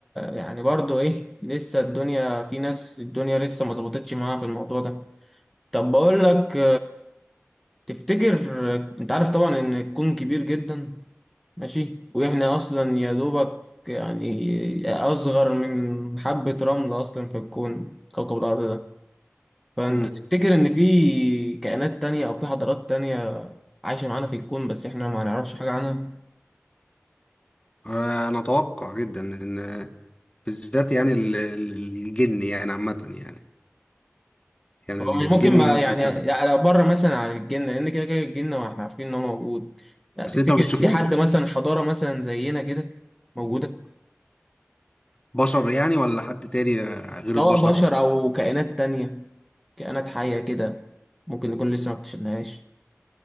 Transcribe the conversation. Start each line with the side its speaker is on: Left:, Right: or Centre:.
Centre: يعني برضه ايه لسه الدنيا في ناس الدنيا لسه ما ظبطتش معاها في الموضوع ده طب بقول لك تفتكر انت عارف طبعا ان الكون كبير جدا ماشي واحنا اصلا يا دوبك يعني اصغر من حبة رمل اصلا في الكون كوكب الارض ده فانت
Left: مم.
Centre: تفتكر ان في كائنات تانية او في حضارات تانية عايشة معانا في الكون بس احنا ما نعرفش حاجة عنها
Left: انا أنا اتوقع جدا ان بالذات يعني ال- ال- الجن يعني عامة يعني يعني
Centre: هو مش
Left: الجن
Centre: ممكن ما يعني
Left: انت
Centre: يعني بره مثلا عن الجن لان كده كده الجن واحنا عارفين ان هو موجود لا تفتكر
Left: بس انت ما بتشوفوش
Centre: ان في حد مثلا حضارة مثلا زينا كده موجودة
Left: بشر يعني ولا حد تاني غير
Centre: سواء
Left: البشر؟
Centre: بشر أو كائنات تانية كائنات حية كده ممكن نكون لسه ما اكتشفناهاش